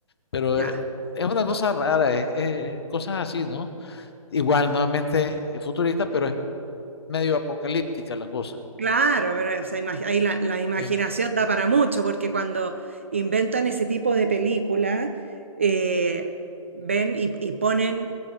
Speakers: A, on the left; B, on the right.
A: Pero
B: ya.
A: eh, es, una cosa rara, es, es- cosas así, ¿no? Igual, nuevamente es futurista, pero es medio apocalíptica la cosa.
B: Claro, pero o sea, imag- ahí la, la imaginación
A: Em,
B: da para mucho, porque cuando inventan ese tipo de película, eh, ven y, y ponen,